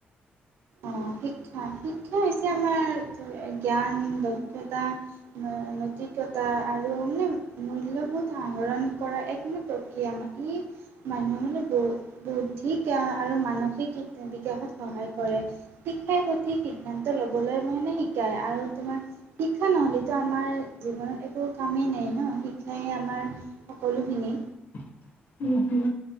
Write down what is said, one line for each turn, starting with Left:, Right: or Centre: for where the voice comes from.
Right: অ শিক্ষা শিক্ষা হৈছে আমাৰ জ্ঞান দক্ষতা নৈতিক্ঞতা আৰু মানে <unintelligible> বহুত আহ ৰণ কৰা এক মানে প্ৰক্ৰিয়া ই মানুহ মানে ব বৌদ্ধিক আৰু ম মানসিক বিকাশত সহায় কৰে শিক্ষাৰ সঠিক সিদ্ধান্ত ল'বলৈ মানে শিকায় আৰু তোমাৰ শিক্ষা নহ'লেতো আমাৰ জীৱনত একো কামেই নাই, ন শিক্ষাই আমাৰ সকলোখিনি
Left: <inaudible> উম হুম।